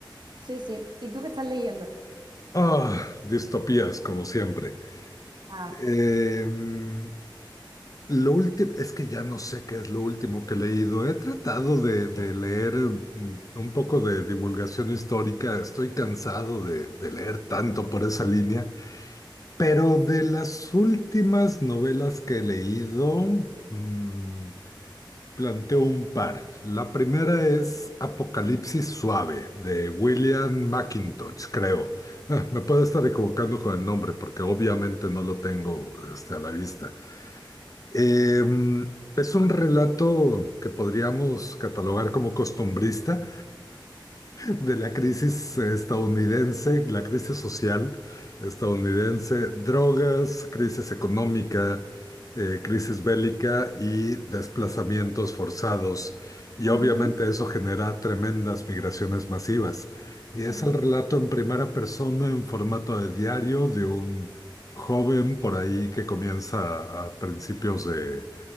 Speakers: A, on the right; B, on the left.
A: sí, sí. ¿Y tú qué estás leyendo?
B: Ah, distopías, como siempre.
A: Ah,
B: Em, Lo último, es que ya no sé qué es lo último que he leído. He tratado de, de leer mm, un poco de divulgación histórica. Estoy cansado de, de leer tanto por esa línea. Pero de las últimas novelas que he leído, mm, planteo un par. La primera es Apocalipsis Suave, de William McIntosh, creo. Ah, me puedo estar equivocando con el nombre porque obviamente no lo tengo este, a la vista. Eh, es un relato que podríamos catalogar como costumbrista de la crisis estadounidense, la crisis social estadounidense, drogas, crisis económica, eh, crisis bélica y desplazamientos forzados. Y obviamente
A: Ujú,
B: eso genera tremendas migraciones masivas. Y es
A: ujú,
B: el relato en primera persona, en formato de diario, de un joven por ahí que comienza a a principios de